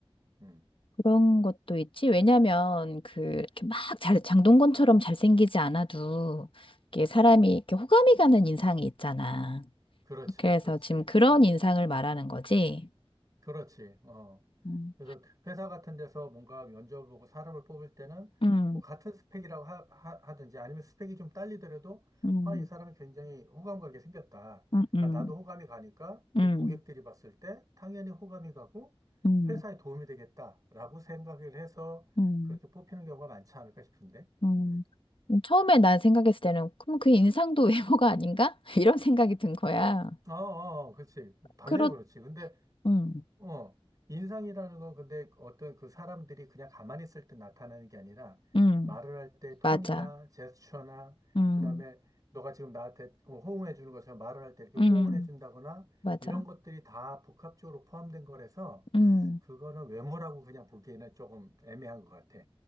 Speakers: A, on the right; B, on the left.
A: 음.
B: 그런 것도 있지. 왜냐면, 그, 이렇게 막 잘, 장동건처럼 잘생기지 않아도, 이게 사람이 이렇게 호감이 가는 인상이 있잖아.
A: 그렇지,
B: 그래서
A: 그렇지.
B: 지금 그런
A: 어.
B: 인상을 말하는 거지.
A: 그렇지. 어.
B: 음,
A: 그래서 회사 같은 데서 뭔가 면접을 보고 사람을 뽑을 때는
B: 음,
A: 뭐 같은 스펙이라고 하, 하, 든지 아니면 스펙이 좀 딸리더라도
B: 음,
A: 아, 이 사람이 굉장히 호감 가게 생겼다.
B: 음, 음,
A: 그러니까 나도 호감이 가니까 우리
B: 음,
A: 고객들이 봤을 때 당연히 호감이 가고
B: 음,
A: 회사에 도움이 되겠다라고 생각을 해서
B: 음,
A: 그렇게 뽑히는 경우가 많지 않을까 싶은데.
B: 음,
A: 음.
B: 음. 처음에 난 생각했을 때는 그럼 그 인상도 외모가 아닌가? <laughs> 이런 생각이 든 거야.
A: 어, 어, 어. 그렇지. 당연히
B: 그렇,
A: 그렇지. 근데
B: 음,
A: 어, 인상이라는 건 근데 어떤 그 사람들이 그냥 가만히 있을 때 나타나는 게 아니라
B: 음,
A: 말을 할 때 톤이나
B: 맞아.
A: 제스처나
B: 음,
A: 그다음에 너가 지금 나한테 어, 호응해 주는 것처럼 말을 할 때 이렇게 호응을
B: 음,
A: 해 준다거나
B: 맞아.
A: 이런 것들이 다 복합적으로 포함된 거라서
B: 음.
A: 그거는 외모라고 그냥 보기에는 조금 애매한 것 같아.